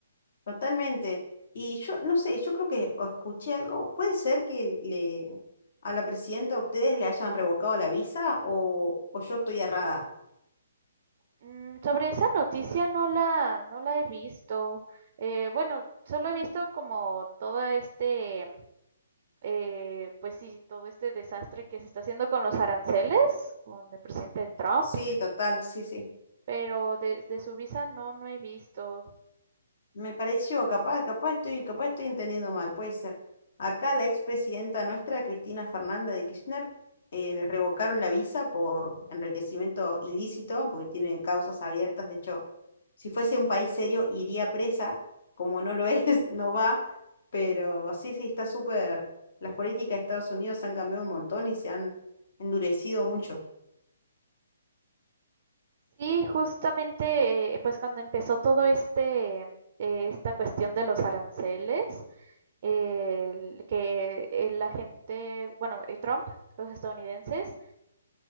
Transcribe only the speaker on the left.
Totalmente. Y yo no sé, yo creo que o escuché algo. ¿Puede ser que le a la presidenta de ustedes le hayan revocado la visa o, o yo estoy errada?
Sí, total, sí, sí.
Me pareció, capaz, capaz estoy, capaz estoy entendiendo mal, puede ser. Acá la expresidenta nuestra, Cristina Fernanda de Kirchner, eh, le revocaron la visa por enriquecimiento ilícito, porque tiene causas abiertas. De hecho, si fuese un país serio, iría presa. Como no lo es, <laughs> no va. Pero sí, sí, está súper. Las políticas de Estados Unidos han cambiado un montón y se han endurecido mucho.